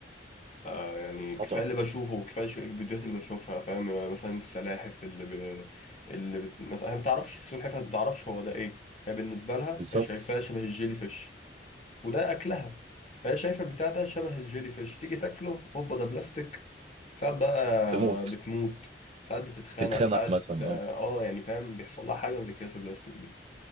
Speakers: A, on the left; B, on the right.
A: آه يعني
B: خطر
A: كفايه اللي بشوفه وكفايه شو- الفيديوهات اللي بشوفها فاهم يعني مثلا السلاحف اللي ب... اللي بت... مثلا هي ما بتعرفش السلحفاه ما بتعرفش هو ده ايه هي بالنسبه لها
B: بالظبط
A: هي شايفاه شبه الجيلي فيش وده اكلها هي شايفه البتاع ده شبه الجيلي فيش تيجي تاكله هوبا ده بلاستيك ساعات بقى
B: تموت
A: بتموت ساعات بتتخنق
B: تتخنق
A: ساعات
B: مثلا
A: اه
B: اه
A: آه، يعني فاهم بيحصل لها حاجه من الاكياس البلاستيك دي